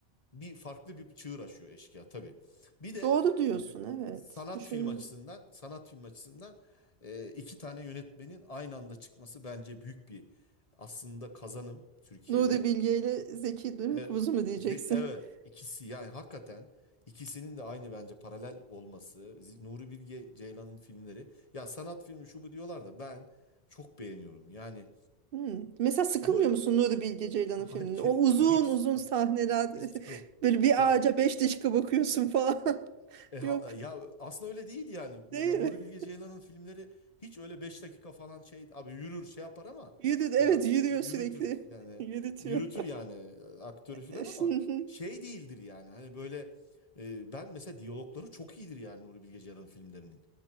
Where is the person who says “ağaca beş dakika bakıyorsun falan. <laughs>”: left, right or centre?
Right